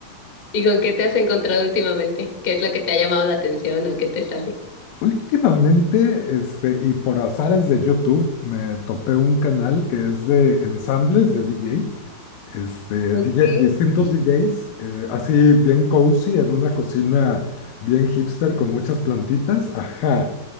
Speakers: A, on the left; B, on the left.
A: ¿Y con qué te has encontrado últimamente? ¿Qué es lo que te ha llamado la atención o qué te sale?
B: Últimamente, este, y por azares de YouTube, me topé un canal que es de ensambles de DJ, este,
A: Ok.
B: DJ distintos DJs, eh, así bien cozy, en una cocina bien hipster con muchas plantitas, ajá,